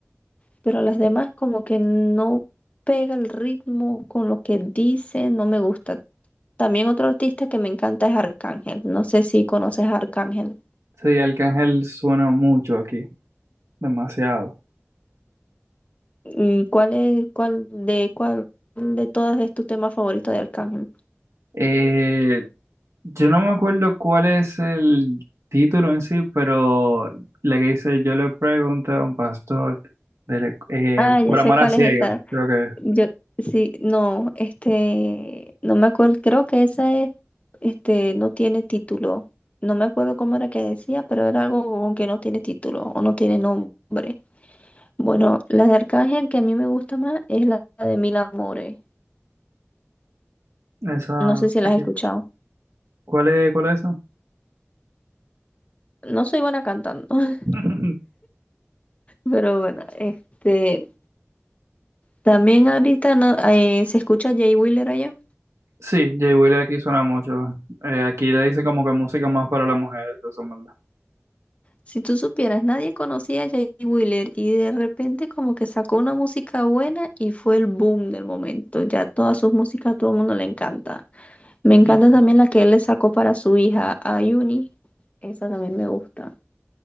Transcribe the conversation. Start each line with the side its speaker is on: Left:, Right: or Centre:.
Left: pero las demás como que no pega el ritmo con lo que dice, no me gusta. También otro artista que me encanta es Arcángel. No sé si conoces a Arcángel.
Right: Sí, Arcángel suena mucho aquí, demasiado.
Left: Mm, ¿Cuál es, cuál de cuál de todas es tu tema favorito de Arcángel?
Right: Eh, yo no me acuerdo cuál es el título en sí, pero la que dice, yo le pregunté a un pastor de la- eh,
Left: Ah, yo
Right: por
Left: sé
Right: amor
Left: cuál
Right: a ciegas,
Left: es esa.
Right: creo que
Left: Yo sí, no, este, no me acuerdo, creo que esa es, este, no tiene título. No me acuerdo cómo era que decía, pero era algo como que no tiene título o no tiene nombre. Bueno, la de Arcángel que a mí me gusta más es la de Mil Amores.
Right: es. Esa,
Left: No sé si
Right: aquí.
Left: la has escuchado.
Right: ¿Cuál es, cuál es esa?
Left: No soy buena cantando. <laughs>
Right: <laughs>
Left: Pero bueno, este, también ahorita no, eh, se escucha a Jay Wheeler allá.
Right: Sí, Jay Willy aquí suena mucho. Eh, aquí le dice como que música más para las mujeres, eso es verdad.
Left: Si tú supieras, nadie conocía a Jay Wheeler y de repente como que sacó una música buena y fue el boom del momento. Ya todas sus músicas a todo el mundo le encanta. Me encanta
Right: Mm.
Left: también la que él le sacó para su hija, a Ayuni. Esa también me gusta.